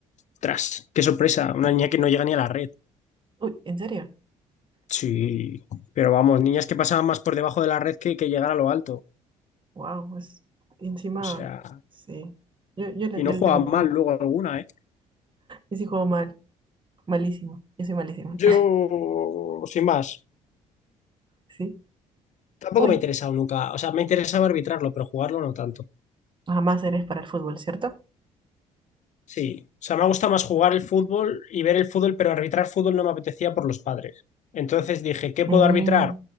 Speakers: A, on the left (about 55°); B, on the right (about 35°).
A: tras, qué sorpresa, una niña que no llega ni a la red.
B: Uy, ¿en serio?
A: Sí, pero vamos, niñas que pasaban más por debajo de la red que, que llegar a lo alto.
B: Wow, es encima.
A: O sea,
B: Sí. Yo, yo, le,
A: y no
B: yo
A: jugaban
B: le tengo miedo.
A: mal luego alguna, ¿eh?
B: Yo sí juego mal. Malísimo. Yo soy malísima.
A: Yo,
B: <laughs>
A: sin más,
B: Sí.
A: tampoco
B: Uy,
A: me ha interesado nunca. O sea, me interesaba arbitrarlo, pero jugarlo no tanto.
B: jamás eres para el fútbol, ¿cierto?
A: Sí, o sea, me gusta más jugar el fútbol y ver el fútbol, pero arbitrar fútbol no me apetecía por los padres. Entonces dije, ¿qué
B: Mm,
A: puedo arbitrar?